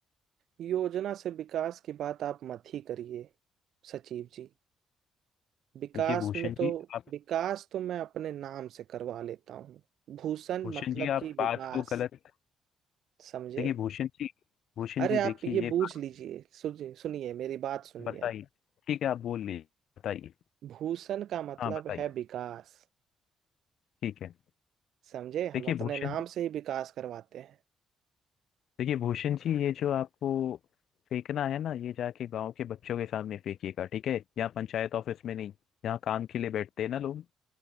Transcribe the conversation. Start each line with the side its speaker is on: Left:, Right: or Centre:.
Right: योजना से विकास की बात आप मत ही करिए सचिव जी विकास
Left: देखिए भूषण
Right: में तो
Left: जी आप
Right: विकास तो मैं अपने नाम से करवा लेता हूँ भूषण
Left: भूषण
Right: मतलब
Left: जी
Right: कि
Left: आप
Right: विकास
Left: बात को गलत
Right: समझे
Left: देखिए भूषण जी भूषण
Right: अरे
Left: जी
Right: आप
Left: देखिए
Right: ये
Left: ये
Right: बूझ
Left: बात
Right: लीजिए सुनिए सुनिए मेरी बात सुनिए
Left: बताइए
Right: आप
Left: ठीक है आप बोल लीजिए बताइए
Right: भूषण का मतलब
Left: हाँ बताइए
Right: है विकास
Left: ठीक है
Right: समझे हम
Left: देखिए
Right: अपने
Left: भूषण
Right: नाम से ही विकास करवाते हैं
Left: देखिए भूषण जी ये जो आपको फेंकना है ना ये जाके गांव के बच्चों के सामने फेंकिएगा ठीक है यहाँ पंचायत ऑफिस में नहीं यहाँ काम के लिए बैठते हैं ना लोग